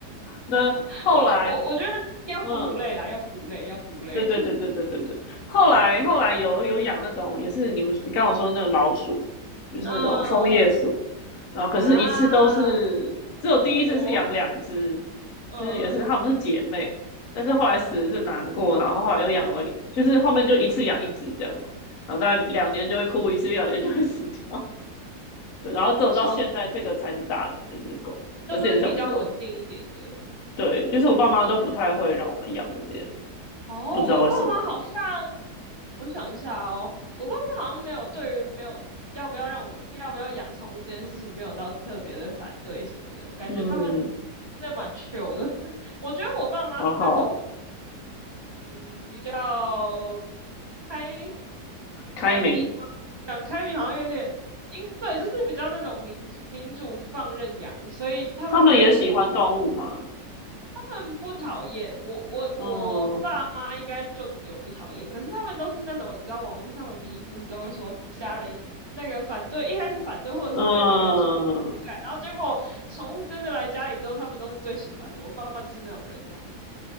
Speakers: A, on the left; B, on the right.
A: 那后来，
B: <laughs> 我我我觉得要哺乳类啦，
A: 嗯，
B: 要哺乳类，要哺乳类。
A: 对对对对对对对。
B: <laughs>
A: 后来后来有有养那种，也是你们你刚刚说那个老鼠，就是那种枫叶鼠，
B: 嗯
A: 然后可是一次都是只有第一次是养两只，
B: 啊，一窝。嗯嗯，
A: 就是也是它们是姐妹，但是后来死的是难过，然后后来又养了，就是后面就一次养一只这样子，然后大概两年就会哭一次，两年就会死掉。对，然后只有到现在这个才是大的，
B: 小
A: 就是狗，
B: 就是比较稳定一点的。
A: 可是也是小型狗。对，就是我爸妈都不太会让我们养这些，
B: 哦，
A: 不知道为什么。
B: 我爸妈好像我想一下哦，我爸妈好像没有对于没有要不要让我们要不要养宠物这件事情没有到特别的反对什么的，感觉他们
A: 嗯，
B: 真的蛮 c 的。<laughs> 我觉得我爸妈是那种
A: 然后
B: 嗯比较开
A: 开明，
B: 开明吗？讲开明好像有点，因对，就是比较那种民民主放任养，所以他们对于我
A: 他们也喜欢动物嘛，
B: 他们不讨厌我，我我爸妈应该就只有不讨厌，
A: 嗯
B: 可是他们都是那种你知道网络上的迷因不是都会说家人那个反对，一开始反对或者是对那个宠物无感，
A: 嗯，
B: 然后结果宠物真的来家里之后，他们都是最喜欢的。我爸妈就是那种人，<laughs>